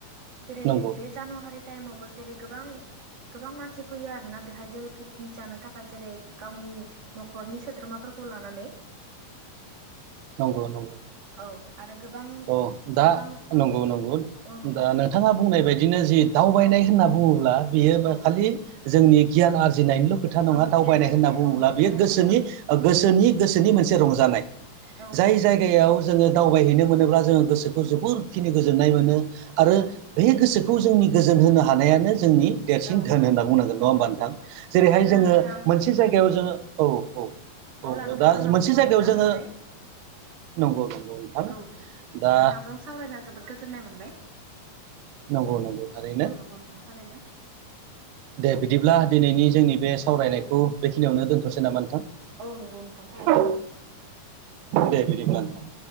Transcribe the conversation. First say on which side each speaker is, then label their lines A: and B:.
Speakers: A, on the right; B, on the right.
A: जेरै
B: नंगौ
A: बे जानुवारि टाइमावबो जेरै गोबां गोबां मानसि फैयो आरोना बेहाय जेरै पिकनिक जानो थाखाय जेरै गावनि न'खरनि सोद्रोमाफोरखौ लानानै <unintelligible>
B: नंगौ नंगौ।
A: औ आरो गोबां
B: अ दा
A: गोबां औ
B: नंगौ नंगौ
A: औ नोंथां
B: दा नोंथाङा बुंनाय बादिनो जि दावबायनाय
A: औ
B: होनना बुङोब्ला बियो
A: औ
B: खालि जोंनि गियान आरजिनायनिल' खोथा नङा
A: औ
B: दावबायनाय
A: गियान आरजिनाय
B: होनना बुङोब्ला
A: औ नंगौ
B: बियो
A: थारैनो
B: गोसोनि
A: नोंथां
B: ओ गोसोनि-गोसोनि मोनसे रंजानाय।
A: औ।
B: जाय जायगायाव जोङो दावबायहैनो मोनोब्ला जोङो गोसोखौ जोबोर खिनि गोजोननाय मोनो। आरो बे गोसोखौ जोंनि गोजोन होनो हानायानो जोंनि देरसिन
A: औ
B: धोन होनना बुंनांगोन नङा
A: औ
B: होमबा
A: नंगौ
B: नोंथां। जेरैहाय
A: अब्ला
B: जोङो
A: नोंथां
B: मोनसे जायगायाव जोङो औ औ।
A: अब्ला
B: औ
A: नोंथां
B: दा
A: जोंना
B: मोनसे
A: समाबो
B: जायगायाव
A: जानोसै
B: जोङो नंगौ नंगौ नोंथां।
A: औ
B: दा
A: नोंथांजों सावरायना जोबोद गोजोननाय मोनबाय।
B: नंगौ नंगौ थारैनो
A: औ नंगौ नोंथां थारैनो
B: दे बिदिब्ला दिनैनि जोंनि बे सावरायनायखौ
A: औ
B: बेखिनियावनो दोनथ'सै नामा नोंथां।
A: औ नंगौ थारैनो
B: दे बिदिब्ला नोथां।